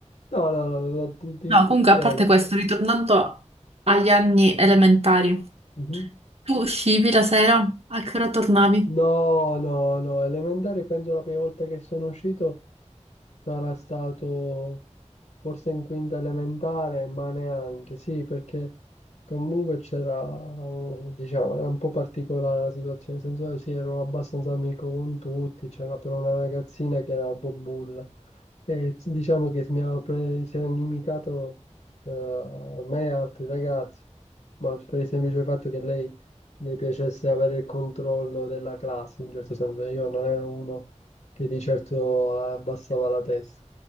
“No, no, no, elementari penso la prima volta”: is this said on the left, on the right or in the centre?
Left